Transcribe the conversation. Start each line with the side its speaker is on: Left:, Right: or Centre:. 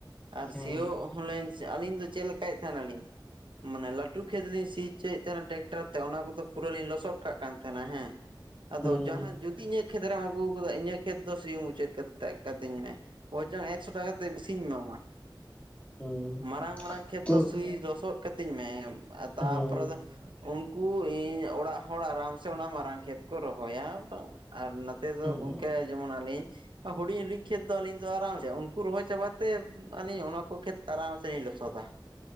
Right: ᱟᱨ
Left: ᱦᱩᱸ
Right: ᱥᱤᱭᱳᱜ, ᱦᱚᱞᱮᱧ ᱥᱮ ᱟᱹᱞᱤᱧ ᱫᱚ ᱪᱮᱫ ᱞᱮᱠᱟᱭᱮᱫ ᱛᱟᱦᱮᱱᱟᱞᱤᱧ ᱢᱟᱱᱮ ᱞᱟᱹᱴᱩ ᱠᱷᱮᱛ ᱞᱤᱧ ᱥᱤ ᱦᱚᱪᱚᱭᱮᱫ ᱛᱟᱦᱮᱸᱱᱟ ᱴᱮᱠᱴᱟᱨ ᱛᱮ ᱚᱱᱟ ᱠᱚᱫᱚ ᱯᱩᱨᱟᱹ ᱞᱤᱧ ᱞᱚᱥᱚᱫ ᱠᱟᱜ ᱠᱟᱱ ᱛᱟᱦᱮᱱᱟ ᱦᱮᱸ᱾ ᱟᱫᱚ
Left: ᱦᱩᱸ
Right: ᱡᱟᱦᱟᱸ ᱡᱩᱫᱤ ᱤᱧᱟᱹᱜ ᱠᱷᱮᱛᱨᱮᱢ ᱟᱹᱜᱩ ᱠᱟᱫᱟ ᱤᱧᱟᱹᱜ ᱠᱷᱮᱛ ᱫᱚ ᱥᱤ ᱢᱩᱪᱟᱹᱫ ᱠᱟᱛᱮ ᱠᱟᱹᱛᱤᱧ ᱢᱮ, ᱵᱚᱨᱪᱚᱢ ᱮᱠᱥᱚ ᱴᱟᱠᱟ ᱠᱟᱛᱮ ᱵᱤᱥᱤᱧ ᱮᱢᱟᱢᱟ᱾
Left: ᱦᱩᱸ
Right: ᱢᱟᱨᱟᱝ ᱢᱟᱨᱟᱝ ᱠᱷᱮᱛ
Left: ᱛᱚ
Right: ᱫᱚ ᱥᱤ ᱞᱚᱥᱚᱫ ᱠᱟᱹᱛᱤᱧ ᱢᱮ ᱟᱨ ᱛᱟᱨᱯᱚᱨᱮ
Left: ᱦᱩᱸ
Right: ᱟᱫᱚ, ᱩᱱᱠᱩ ᱤᱧ ᱚᱲᱟᱜ ᱦᱚᱲ ᱟᱨᱟᱢ ᱥᱮ ᱚᱱᱟ ᱢᱟᱨᱟᱝ ᱠᱷᱮᱛ ᱠᱚ ᱨᱚᱦᱚᱭᱟ ᱵᱟᱝ ᱟᱨ ᱱᱚᱛ ᱟᱠᱮ ᱫᱚ
Left: ᱦᱩᱸ
Right: ᱜᱚᱝᱠᱮᱡ, ᱡᱮᱢᱚᱱ ᱟᱹᱞᱤᱧ ᱦᱩᱰᱤᱧ ᱦᱩᱰᱤᱧ ᱠᱷᱮᱛ ᱫᱚ ᱟᱹᱞᱤᱧ ᱫᱚ ᱟᱨᱟᱢ ᱥᱮ ᱩᱱᱠᱩ ᱨᱚᱦᱚᱭ ᱪᱟᱵᱟ ᱛᱮ ᱟᱹᱞᱤᱧ ᱚᱱᱟ ᱠᱩ ᱠᱷᱮᱛ ᱟᱨᱟᱢ ᱥᱮ ᱞᱤᱧ ᱞᱚᱥᱚᱫ ᱟ᱾